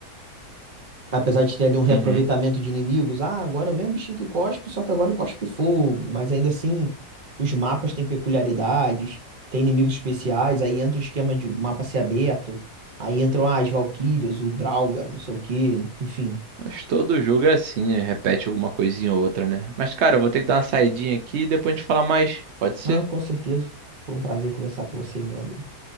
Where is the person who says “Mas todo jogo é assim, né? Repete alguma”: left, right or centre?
Right